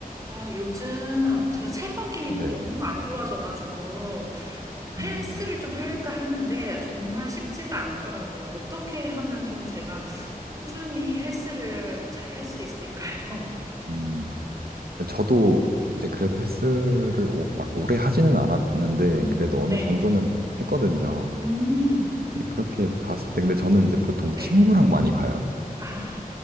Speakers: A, on the right; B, on the right.
A: 아, 요즘 제가 체력이
B: 네.
A: 너무 안 좋아져가지고
B: 음,
A: 헬스를 좀 할까 하는데 정말 쉽지가 않더라고요. 어떻게 하면 좀 제가 꾸준히 헬스를 잘 할 수 있을까요?
B: 음, 저도 이제 그래도 헬스를 오- 막 오래 하지는 않았는데,
A: 음,
B: 그래도
A: <laughs>
B: 어느
A: 네.
B: 정도는 했거든요.
A: 음,
B: 근데 그렇게 봤을 때, 근데 저는 이제 보통
A: 네.
B: 친구랑 많이 가요.
A: 아,